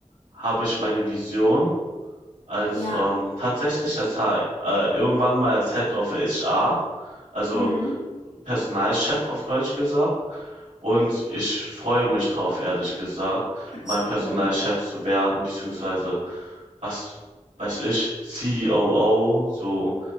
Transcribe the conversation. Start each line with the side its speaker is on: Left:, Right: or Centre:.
Right: habe ich meine Vision als,
Left: ja.
Right: ähm, tatsächlich als H äh, irgendwann mal als Head of HR, also
Left: Mhm.
Right: Personalchef auf Deutsch gesagt, Und ich freue mich drauf, ehrlich gesagt,
Left: Das ist
Right: mein Personalchef
Left: cool.
Right: zu werden, beziehungsweise, was weiß ich, COO, so